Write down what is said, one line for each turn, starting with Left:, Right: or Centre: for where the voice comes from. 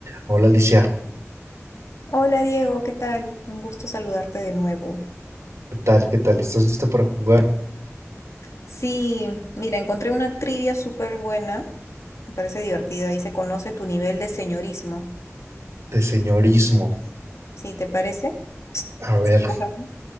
Right: Hola Alicia,
Left: Hola Diego, ¿qué tal? Un gusto saludarte de nuevo.
Right: ¿qué tal? ¿Qué tal? ¿Estás lista para jugar
Left: Sí, mira, encontré una trivia súper buena, me parece divertida y se conoce tu nivel de señorismo.
Right: de señorismo?
Left: ¿Sí, te parece?
Right: A ver,
Left: Sí, jugamos.